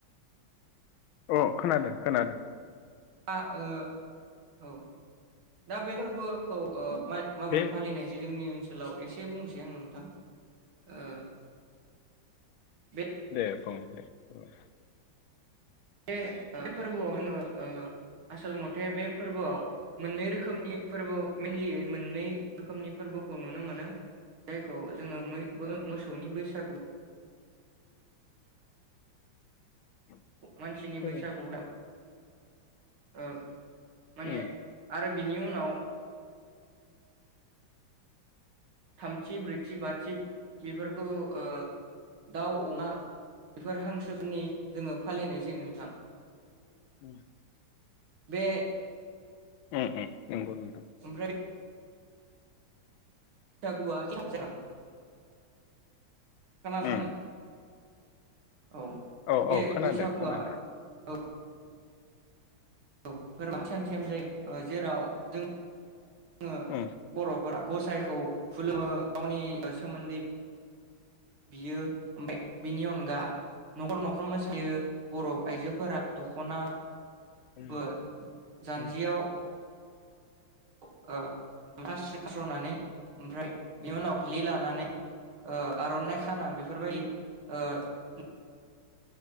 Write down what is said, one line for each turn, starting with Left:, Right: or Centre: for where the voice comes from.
Left: अ खोनादों खोनादों।
Right: आ ओ औ दा बे फोरबोखौ ओ माय माबोरै
Left: बे
Right: फालिनायजो जोंनि ओ सोलाव एसे एसे बुंसै आं नोंथां ओ बे
Left: दे बुं दे बुं
Right: बे ओ बे फोरबोआव जोङो ओ आसल मथे बे फोरबोआव मोननै रोखोमनि फोरबो मेनलियै मोननै रोखोमनि फोरबोखौ नुनो मोनो जायखौ जोङोै मैबो मोसौ सौनि बैसागु
Left: <inaudible>
Right: मानसिनि
Left: उम
Right: बैसागु औ माने
Left: उम
Right: आरो बिनि उनाव थामथि ब्रैथि बाथि बेफोरखौ उ दाउ अमा बेफोर हांसोफोनि जोङो फालिनाय जायो नोंथां
Left: उम
Right: बे
Left: उम उम नंगौ नोंथां
Right: ओमफ्राय सागुवा <unintelligible> खोनादों
Left: उम
Right: नों औ
Left: औ
Right: बे
Left: औ खोनादो
Right: बैसागुआ
Left: खोनादो
Right: औ ओ फोरबोआ सानसेम जायो ओ जेराव जों जोङो
Left: उम
Right: बरफोरा गसाइखौ खुलुमो गावनि सोमोन्दै बियो ओमफाय बिनि अनगा नखर-नखर मोसायो बर आयजोफोरा दखना
Left: उम
Right: बो जान्जियाव
Left: उम
Right: <unintelligible> ओमफ्राय बेनि उनाव फालि लानानै ओ आरनाइ खाना बेफोरबायदि ओ‌ म